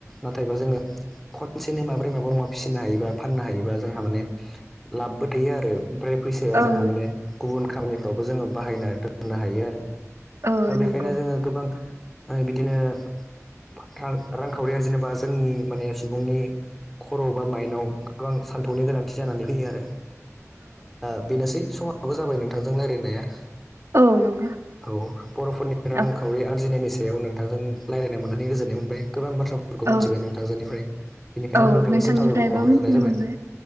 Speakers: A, in the centre; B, on the right (about 60°).
A: नाथायबा जोङो खनसेनो माब्रै माबा माबा फिसिनो हायोबा फाननो हायोबा जोंहा माने लाबबो थायो आरो। ओमफ्राय फैसाया
B: ओं
A: जोंहा माने गुबुन खामानिफ्रावबो जोङो बाहायना दोननो हायो आरो
B: ओ
A: दा
B: नंगौ
A: बेखायनो जोङो गोबां ओ बिदिनो रां रांखावरि आरजिनोबा जोंनि माने सुबुंनि खर' बा माइनाव गोबां सान्थौनि गोनांथि जानानै फैयो आरो ओ बेनोसै समाबो जाबाय नोंथांजों रायलायनाया
B: औ नंगौ
A: औ बर'फोरनि रांखावरि
B: औ
A: आरजिनायनि सायाव नोंथांजों रायलायनो मोननानै गोजोननाय मोनबाय गोबां बाथ्रा फोरखौ मोनथिबाय
B: औ
A: नोंथांजोनिफ्राय। बेनिखायनो
B: औ
A: नोंथांनिसिम
B: नोंथांनिफ्रायबो
A: साबायखर बावहर
B: मिथिनो
A: ग्रोनाय जाबाय
B: मोनबाय